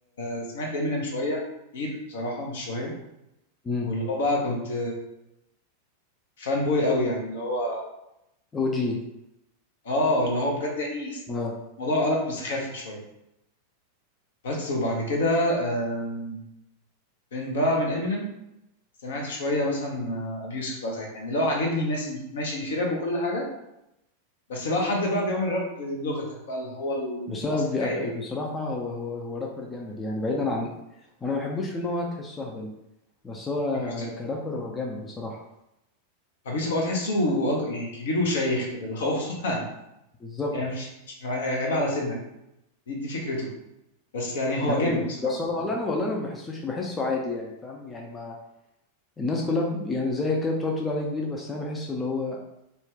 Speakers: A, on the left; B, on the left.
A: آه سمعت امينيم شويه كتير بصراحه مش شويه
B: امم
A: واللي هو بقى كنت فان بوي قوي يعني اللي هو
B: او جي
A: اه اللي هو بجد يعني
B: اه
A: الموضوع قلب بسخافة شوية بس وبعد كده آم، من بقى من امينيم سمعت شوية مثلا ابيوسف بقى ساعتها يعني لو عاجبني ماشي ماشي ان في راب وكل حاجة بس بقى حد بقى بيعمل راب لغتك بقى اللي هو المصري
B: بس أنا أبي
A: العادي
B: أبي بصراحة هو هو هو رابر جامد يعني بعيدا عن انا ما بحبوش في ان هو تحسه اهبل بس هو
A: ابيوسف
B: كرابر هو جامد بصراحة
A: ابيوسف اه تحسه أج- يعني كبير وشيخ كده اللي هو <laughs>
B: بالظبط
A: يعني مش مش عيب على سنك دي, دي فكرته بس يعني هو
B: ايوه
A: جامد بصراحة
B: بس والله والله انا والله انا ما بحسوش بحسه عادي يعني فاهم يعني ما الناس كلها ب- يعني زي كده بتقعد تقول عليه كبير بس انا بحسه اللي هو